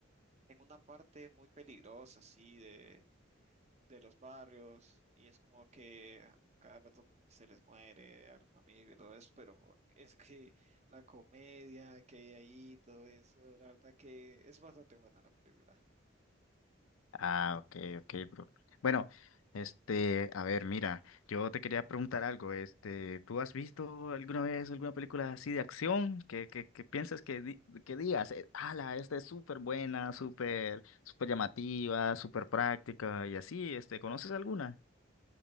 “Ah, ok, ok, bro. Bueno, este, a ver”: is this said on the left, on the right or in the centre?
Left